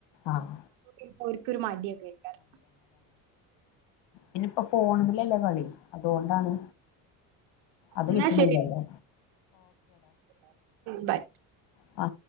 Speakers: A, on the left; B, on the right.
A: ആഹ്
B: അപ്പ ഒരിക്കരു മടിയൊ കേക്കാരം
A: ഇനി ഇപ്പൊ ഫോണില്ലല്ലേ കളി അതുകൊണ്ടാണ് അത്
B: എന്നാ
A: കിട്ടണില്ലല്ലോ
B: ശരി ബൈ
A: ആ